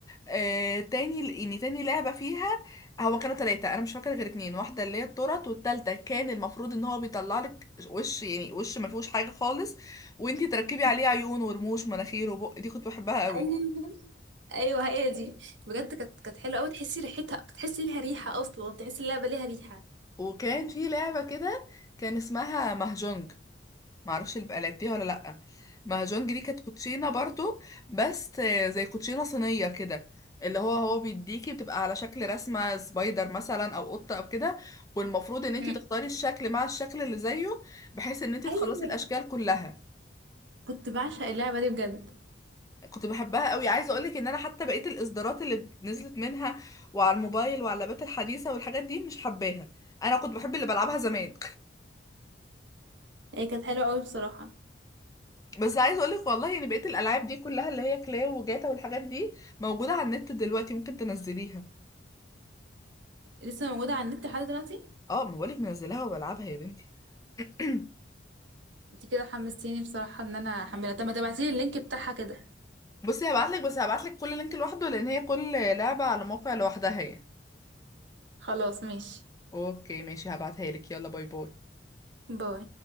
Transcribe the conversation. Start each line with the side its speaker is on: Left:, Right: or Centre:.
Left: آه تاني يعني تاني لعبة فيها هو كانوا تلاتة أنا مش فاكرة غير اتنين واحدة اللي هي الترط والتالتة كان المفروض إن هو بيطلع لك وش يعني وش ما فيهوش حاجة خالص وانتي تركبي عليه
Right: مم.
Left: عيون ورموش ومناخير وبق دي كنت بحبها قوي
Right: ايوه ايوه هي دي بجد كانت كانت حلوه قوي تحسي ريحتها تحسي ليها ريحه اصلا تحسي اللعبه ليها ريحه
Left: وكان في لعبة كده كان اسمها مهجونج معرفش اللي بقى لعبتيها ولا لأ مهرجان دي كانت كوتشينة برضو بس آه، زي كوتشينة صينية كده اللي هو هو بيديكي بتبقى على شكل رسمة سبايدر مثلا او قطة او كده والمفروض ان انت
Right: مم.
Left: تختاري الشكل مع الشكل اللي زيه بحيث ان انت تخلصي
Right: ايوه
Left: الاشكال كلها
Right: كنت بعشق اللعبة دي بجد
Left: كنت بحبها قوي عايزه اقولك ان انا حتى بقيه الاصدارات اللي نزلت منها وعلى الموبايل وعلى اللابات الحديثه والحاجات دي مش حباها انا كنت بحب اللي بلعبها زمان
Right: هي كانت حلوة قوي بصراحة
Left: بس عايز اقولك والله يعني بقية الالعاب دي كلها اللي هي كلاو وجاتا والحاجات دي موجودة على النت دلوقتي ممكن تنزليها
Right: لسه موجودة على النت لحد دلوقتي
Left: اه ما بقولك منزلاها وبلعبها يا بنتي <clears throat>
Right: انت كده حمستيني بصراحة ان انا احملها طب ما تبعتيلي اللينك بتاعها كده
Left: بصي هبعتلك بس هبعتلك كل لينك لوحده لان هي كل لعبة على موقع لوحدها يعني
Right: خلاص ماشي
Left: اوكي ماشي هبعتها لك يلا باي باي
Right: باي